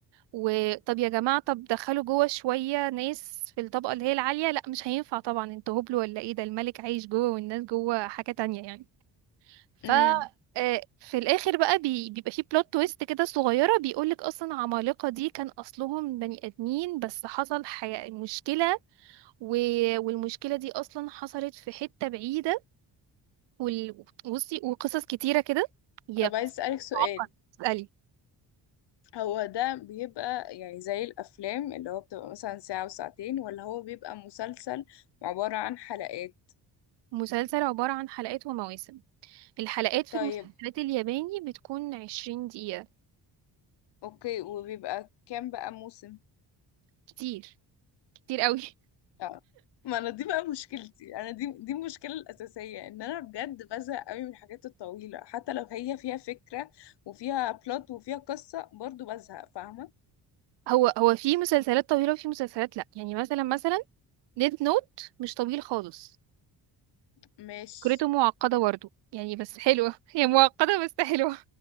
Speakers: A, on the right; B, on the left.
A: وطب يا جماعة طب دخلوا جوه شوية ناس في الطبقة اللي هي العالية لا مش هينفع طبعا انتوا هبل ولا ايه ده الملك عايش جوه والناس جوه حاجة تانية يعني ف
B: امم
A: آه، في الاخر بقى بي- بيبقى فيه بلوت تويست كده صغيرة بيقولك اصلا عمالقة دي كان اصلهم بني ادمين بس حصل حي... مشكلة و... والمشكلة دي اصلا حصلت في حتة بعيدة وال... بصي وقصص كتيرة كده يا
B: طب عايز أسألك سؤال
A: معقد اسألي
B: هو ده بيبقى يعني زي الأفلام اللي هو بتبقى مثلا ساعة وساعتين ولا هو بيبقى مسلسل عبارة عن حلقات
A: مسلسل عبارة عن حلقات ومواسم الحلقات في
B: طيب
A: المسلسلات الياباني بتكون عشرين دقيقة
B: اوكي وبيبقى كام بقى موسم
A: كتير كتير قوي <laughs>
B: اه ما انا دي بقى مشكلتي انا دي دي المشكله الاساسيه ان انا بجد بزهق قوي من الحاجات الطويله حتى لو هي فيها فكره وفيها بلوت وفيها قصه برضو بزهق فاهمه
A: هو هو في مسلسلات طويلة وفي مسلسلات لأ يعني مثلا مثلا ديد نوت مش طويل خالص
B: مش
A: فكرته معقدة برضه يعني بس حلوة <laughs> هي معقدة بس حلوة